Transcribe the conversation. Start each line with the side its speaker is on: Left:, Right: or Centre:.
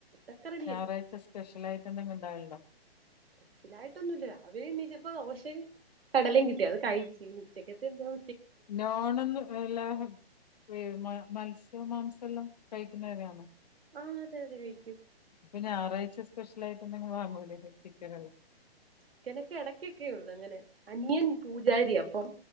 Right: എത്തറ
Left: ഞാറാഴ്ച സ്പെഷ്യലായിട്ട് എന്തെങ്കിലിണ്ടാവലിണ്ടോ
Right: സ്പെഷ്യലായ്ട്ടൊന്നുല്ല രാവിലെണ്ണീച്ചപ്പോ ദോശയും കടലേം കിട്ടി അത് കൈച്ച് ഉച്ചക്കെത്തെന്തുവാ
Left: നോണെന്ന് എല്ലാ ഹ് മ മത്സ്യ മാംസെല്ലാം കഴിക്കുന്നവരാന്നൊ
Right: ആഹ് അതെ അതെ കഴിക്കും.
Left: അപ്പൊ ഞാറായ്ച്ച സ്പെഷ്യലായ്ട്ടെന്തെങ്കു വാങ്ങൂലെ ചിക്കനല്ലേ.
Right: ചിക്കനെക്കെ എടക്കൊക്കെയുള്ളു അങ്ങനെ അനിയൻ പൂജാരിയാ അപ്പം